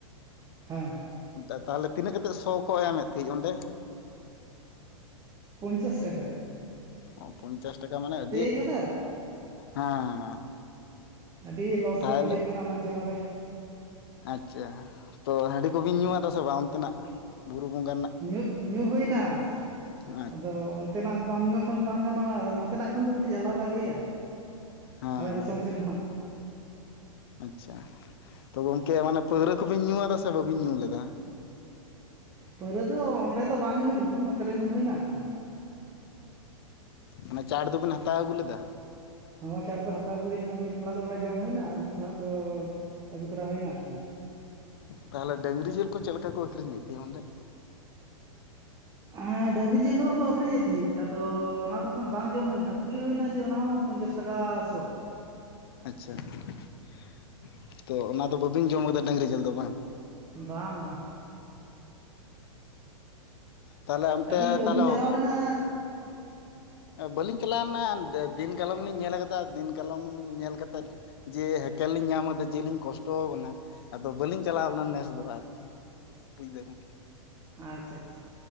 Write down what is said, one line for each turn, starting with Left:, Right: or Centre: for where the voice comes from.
Left: ᱾
Right: ᱦᱮᱸ
Left: ᱛᱟᱦᱚᱞᱮ ᱛᱤᱱᱟᱹᱜ ᱠᱟᱛᱮᱫ ᱥᱚ ᱠᱚ ᱮᱢᱮᱫ ᱛᱟᱦᱮᱸᱫ ᱚᱸᱰᱮ?
Right: ᱯᱚᱧᱪᱟᱥ ᱴᱟᱠᱟ ᱾
Left: ᱚ ᱯᱚᱧᱪᱟᱥ ᱴᱟᱠᱟ ᱢᱟᱱᱮ ᱟᱹᱰᱤ
Right: ᱟᱠᱟᱫᱟ
Left: <unintelligible> ᱦᱮᱸ ᱦᱮᱸ
Right: ᱟᱹᱰᱤ ᱞᱚᱥ
Left: ᱛᱟᱦᱚᱞᱮ
Right: ᱜᱮ ᱵᱩᱡᱷᱟᱹᱜ ᱠᱟᱱᱟ ᱚᱱᱟ ᱡᱚᱢ ᱨᱮ
Left: ᱟᱪᱪᱷᱟ ᱾ ᱛᱚ ᱦᱟᱺᱰᱤ ᱠᱚᱵᱤᱱ ᱧᱩ ᱟᱫᱟ ᱥᱮ ᱵᱟᱝ ᱚᱱᱛᱮ ᱱᱟᱜ? ᱵᱩᱨᱩ ᱵᱚᱸᱜᱟ
Right: ᱧᱩ ᱧᱩ ᱦᱩᱭᱟᱱᱟ ᱾
Left: ᱟᱪᱪᱷᱟ
Right: ᱟᱫᱚ ᱚᱱᱛᱮᱱᱟᱜ ᱵᱟᱢ ᱧᱩᱟᱜ ᱠᱷᱟᱱ ᱵᱟᱝ ᱜᱟᱱᱚᱜᱼᱟ ᱾ ᱱᱚᱛᱮᱱᱟᱜ ᱠᱷᱚᱱ ᱫᱚ ᱠᱟᱹᱴᱤᱡ ᱟᱞᱟᱫᱟ ᱜᱮᱭᱟ
Left: ᱦᱮᱸ
Right: ᱟᱞᱮ ᱫᱤᱥᱚᱢ ᱥᱮᱫ ᱠᱷᱚᱱᱟᱜ ᱾
Left: ᱟᱪᱪᱷᱟ ᱛᱚ ᱜᱚᱝᱠᱮ ᱚᱱᱮ ᱯᱟᱹᱣᱨᱟᱹ ᱠᱚᱵᱤᱱ ᱧᱩ ᱟᱫᱟ ᱥᱮ ᱵᱟᱵᱤᱱ ᱧᱩ ᱞᱮᱫᱟ?
Right: ᱯᱟᱹᱣᱨᱟᱹ ᱫᱚ ᱚᱸᱰᱮ ᱫᱚ ᱵᱟᱝ ᱧᱩ ᱦᱩᱭ ᱞᱮᱱᱟ ᱱᱚᱛᱮᱨᱮ ᱧᱩ ᱦᱩᱭᱱᱟ ᱟᱨᱠᱤ ᱾
Left: ᱢᱟᱱᱮ ᱪᱟᱴ ᱫᱚᱵᱮᱱ ᱦᱟᱛᱟᱣ ᱟᱹᱜᱩ ᱞᱮᱫᱟ?
Right: ᱦᱚᱸ ᱪᱟᱴ ᱫᱚ ᱦᱟᱛᱟᱣ ᱟᱹᱜᱩ ᱦᱩᱭ ᱞᱮᱱᱟ ᱢᱤᱫ ᱠᱷᱟᱞᱟᱜ ᱫᱚ ᱚᱸᱰᱮ ᱡᱚᱢ ᱦᱩᱭᱱᱟ ᱟᱨ ᱢᱤᱫ ᱠᱷᱟᱞᱟᱜ ᱫᱚ ᱟᱹᱜᱩ ᱛᱚᱨᱟ ᱦᱩᱭᱱᱟ ᱟᱨᱠᱤ‌᱾
Left: ᱛᱟᱦᱚᱞᱮ ᱰᱟᱹᱝᱨᱤ ᱡᱤᱞ ᱠᱚ ᱪᱮᱫᱞᱮᱠᱟ ᱠᱚ ᱟᱹᱠᱷᱨᱤᱧᱮᱫ ᱛᱮᱦᱮᱧ ᱚᱸᱰᱮ?
Right: ᱦᱮᱸ ᱰᱟᱹᱝᱨᱤ ᱡᱤᱞ ᱦᱚᱸᱠᱚ ᱟᱹᱷᱨᱤᱧᱮᱫ ᱛᱟᱦᱮᱸᱫ ᱾ ᱟᱫᱚ ᱚᱱᱟ ᱫᱚ ᱮᱠᱷᱚᱱ ᱵᱟᱝ ᱡᱚᱢ ᱦᱩᱭ ᱞᱮᱱᱟ ᱠᱩᱞᱤ ᱦᱩᱭᱱᱟ ᱡᱮ ᱚᱱᱟᱦᱚ ᱯᱚᱧᱪᱟᱥ ᱴᱟᱠᱟ ᱥᱚ
Left: ᱟᱪᱪᱷᱟ ᱾ ᱛᱚ ᱚᱱᱟ ᱫᱚ ᱵᱟᱹᱵᱤᱱ ᱡᱚᱢ ᱟᱫᱟ ᱰᱟᱹᱟᱝᱨᱤ ᱡᱤᱞ ᱫᱚ ᱵᱟᱝ?
Right: ᱵᱟᱝ ᱵᱟᱝ ᱾
Left: ᱛᱟᱦᱚᱞᱮ ᱚᱱᱛᱮ
Right: ᱟᱹᱵᱤᱱ ᱫᱚ ᱵᱟᱹᱵᱤᱱ
Left: ᱛᱟᱦᱚᱞᱮ
Right: ᱪᱟᱞᱟᱣ ᱞᱮᱱᱟ?
Left: ᱵᱟᱹᱞᱤᱧ ᱪᱟᱞᱟᱣᱱᱟ ᱫᱤᱱ ᱠᱟᱞᱚᱢ ᱞᱤᱧ ᱧᱮᱞ ᱠᱟᱫᱟ ᱾ ᱫᱤᱱ ᱠᱟᱞᱚᱢ ᱧᱮᱞ ᱠᱟᱛᱮᱫ ᱾ ᱡᱮ ᱦᱮᱠᱮᱞ ᱞᱤᱧ ᱧᱟᱢ ᱟᱫᱟ ᱡᱮᱞᱤᱧ ᱠᱚᱥᱴᱚ ᱠᱟᱱᱟ ᱾ ᱟᱫᱚ ᱵᱟᱹᱞᱤᱧ ᱪᱟᱞᱟᱣ ᱞᱮᱱᱟ ᱱᱮᱥ ᱫᱚ ᱟᱨᱠᱤ ᱾ <unintelligible>
Right: ᱟᱪᱪᱷᱟ ᱟᱪᱪᱷᱟ